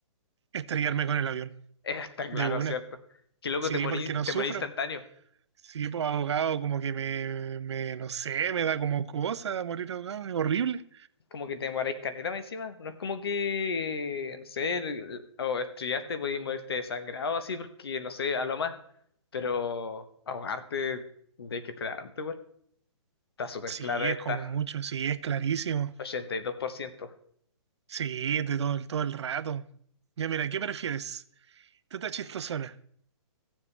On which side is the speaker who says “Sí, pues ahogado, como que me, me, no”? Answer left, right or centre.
Right